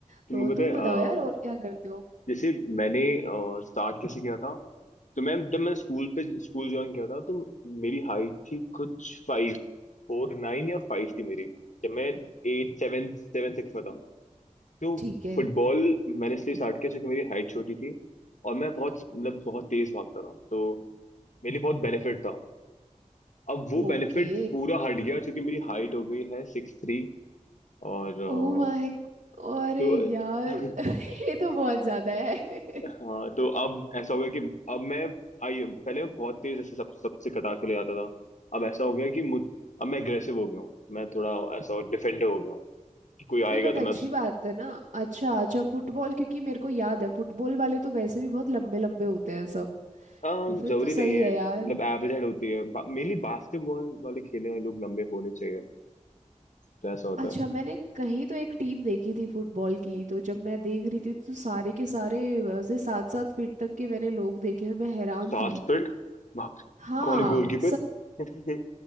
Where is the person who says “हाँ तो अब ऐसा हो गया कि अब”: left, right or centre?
Left